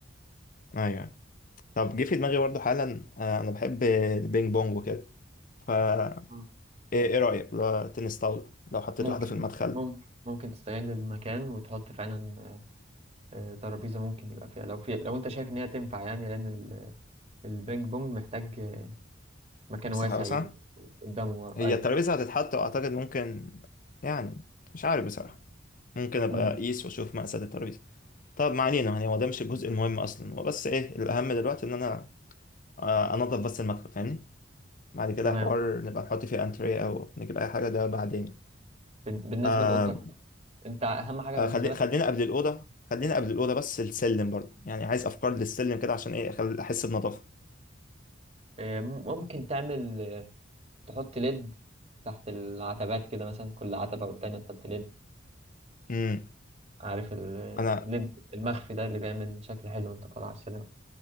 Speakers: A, on the left (about 45°); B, on the right (about 35°).
A: ايوه طب جه في دماغي برضه حالا آه، انا بحب البينج بونج وكده فا
B: مم.
A: ايه إيه رايك لو تنس طاوله لو حطيت
B: ممكن
A: واحده في المدخل
B: تست... ممكن ممكن تستغل المكان وتحط فعلا آه، آه، ترابيزه ممكن يبقى فيها لو في لو انت شايف ان هي تنفع يعني لان ال- البينج بونج محتاج آه، مكان
A: مساحه
B: واسع
A: واسعه
B: يمين قدامه ورا
A: هي
B: اي
A: الترابيزه هتتحط واعتقد ممكن يعني مش عارف بصراحه ممكن ابقى
B: مم.
A: اقيس واشوف مقاسات الترابيزه طب ما علينا يعني هو ده مش الجزء المهم اصلا هو بس ايه الاهم دلوقتي ان انا آه، انضف بس المدخل فاهمني بعد كده
B: تمام
A: حوار نبقى نحط فيه انتريه او نجيب اي حاجه ده بعدين
B: بال- بالنسبه
A: آه
B: لاوضتك انت اهم حاجه
A: آه
B: بالنسبه
A: خلي...
B: لك
A: خلينا قبل الأوضة خلينا قبل الأوضة بس السلم برضه يعني عايز أفكار للسلم كده عشان إيه أخل... أحس بنظافة
B: آه، ممكن تعمل تحط ليد تحت العتبات كده مثلا كل عتبة والتانية تحط ليد
A: امم
B: عارف ال-
A: أنا
B: الليد المخفي ده اللي بيعمل شكل حلو وانت طالع على السينما